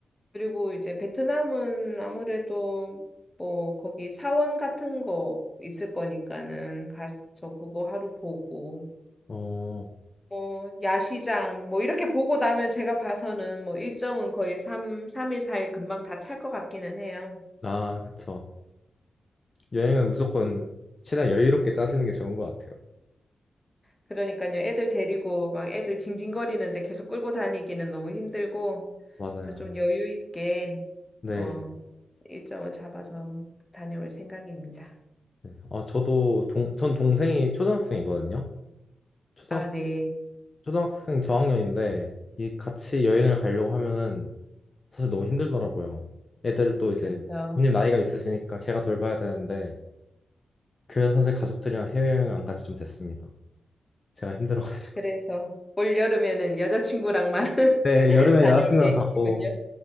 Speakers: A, on the left; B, on the left.
A: 그리고 이제 베트남은 아무래도 뭐 거기 사원 같은 거 있을 거니까는 가서 그거 하루 보고
B: 어,
A: 뭐 야시장 뭐 이렇게 보고 나면 제가 봐서는 뭐 일정은 거의 삼삼일사일 금방 다 찰 것 같기는 해요.
B: 아 그쵸. 여행은 무조건 최대한 여유롭게 짜시는 게 좋은 것 같아요.
A: 그러니까요. 애들 데리고 막 애들 징징거리는데 계속 끌고 다니기는 너무 힘들고
B: 맞아요.
A: 그래서 좀 여유 있게
B: 네.
A: 어 일정을 잡아서 다녀올 생각입니다.
B: 네. 아, 저도 동, 전 동생이 초등학생이거든요. 초등,
A: 아, 네.
B: 초등학생 저학년인데, 이 같이 여행을 가려고 하면은 사실 너무 힘들더라고요. 애들을 또 이제
A: 그렇죠.
B: 부모님 나이가 있으시니까 제가 돌봐야 되는데, 그래서 사실 가족들이랑 해외여행 안 간지 좀 됐습니다. 제가 힘들어가지고.
A: 그래서 올 여름에는 여자친구랑만
B: <laughs> 네,
A: <laughs>
B: 여름에
A: 다녀올
B: 여자친구랑
A: 계획이시군요.
B: 가고,